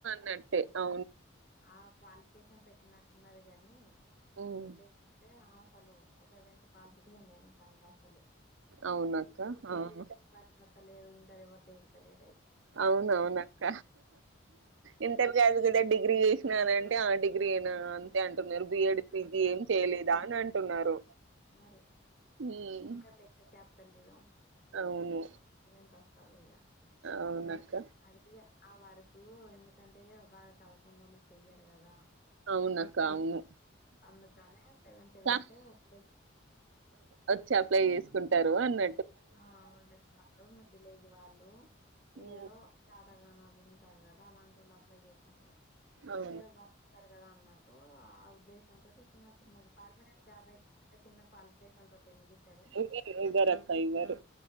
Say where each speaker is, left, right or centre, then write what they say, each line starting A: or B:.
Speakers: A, on the right; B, on the left.
A: నట్టే అ
B: ఆ క్వాలిఫికేషన్ పెట్టినట్టున్నది గాని
A: ఉమ్,
B: లేకుంటే ఆ అసలు ఒక వింత పాల్పుకి దేనికి పనికొస్తలే
A: అవునక్క
B: ఇప్పుడు ఇంటరు
A: అవును
B: చేస్తేనే పనికొత్తలేదు ఇంటర్ ఎవరు దేకుతలేదయ్
A: అవునవును అక్క ఇంటర్ గాదు కదా డిగ్రీ చేసినానంటే ఆ డిగ్ గ్రీనా అంతే
B: ఆ,
A: అంటున్నారు
B: ఇది
A: బిఎడి
B: అంటే నాకు
A: పిజీ ఏం చేయలేదా అని అంటున్నారు
B: మరి
A: ఉమ్,
B: ఇంటర్ లెక్క కెప్తల్లేదేమో
A: అవును
B: ఇవి ఎంత వస్తదిగ
A: అవునక్క
B: అది ఆ వరకూ ఎందు కంటే బాగా చదువుకున్న వాళ్ళు చెయ్యారు కదా
A: అవునక్క అవును
B: అందుకనే సెవెత్ వెడితే
A: కా-
B: ఓల్డేజ్
A: వచ్చి అప్లై చేసుకుంటారు అన్న
B: ఆ ఉండే వాళ్ళు మిడిల్ ఏజ్ వాళ్ళు
A: ఉమ్
B: ఏదో చేతగాన్ ళ్ళు ఉంటారు కదా అలాంటి వాళ్ళు అప్లై చేసుకుంటే
A: అవ్
B: ఏదో బతుకుతరు కదా అన్నట్టు ఆ ఉద్దేశంతోటి ఇచ్చినట్టు ఉన్నది పర్మనెంట్ జాబ్ అయితే చిన్న క్వాలిఫికేషన్ తోటి ఎందుకు ఇత్తడు
A: ఇవ్వరు ఇవ్వరు అక్క ఇవ్వరు